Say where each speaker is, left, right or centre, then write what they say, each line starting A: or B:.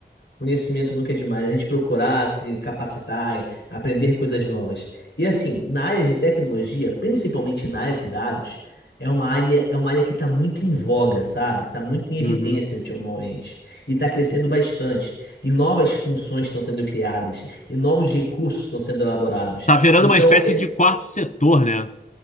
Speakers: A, on the left (about 80°); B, on the left (about 40°).
A: Conhecimento nunca é demais, a gente procurar se capacitar, aprender coisas novas. E assim, na área de tecnologia, principalmente na área de dados, é uma área, é uma área que está muito em voga, sabe? Está muito em evidência
B: Uhum.
A: ultimamente. E está crescendo bastante. E novas funções estão sendo criadas. E novos recursos estão sendo elaborados.
B: Tá virando
A: Então,
B: uma espécie
A: ex-
B: de quarto setor, né?